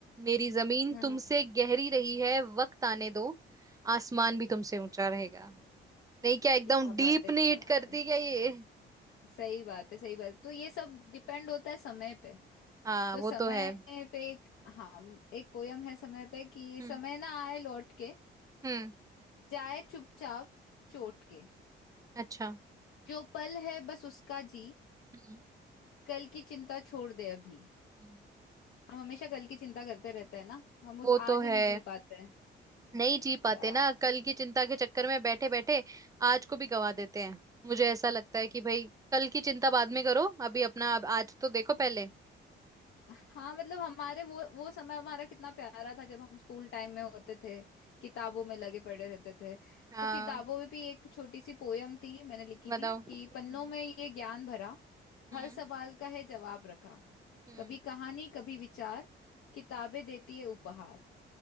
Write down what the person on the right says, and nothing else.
मेरी जमीन
तुमसे गहरी रही है वक्त आने दो आसमान भी तुमसे ऊंचा रहेगा नहीं क्या
एकदम डीप
नहीं
हिट
करती
क्या ये
हाँ
वो
तो है
हम्म
हम्म
अच्छा
हम्म
हम्म,
वो तो
है
नहीं जी पाते
ना कल की चिंता के चक्कर में बैठे बैठे आज को भी गवा देते हैं मुझे ऐसा लगता है कि भाई कल की चिंता बाद में करो अभी अपना अब आज तो देखो पहले
हाँ
बताओ
हम्म
हम्म
हम्म।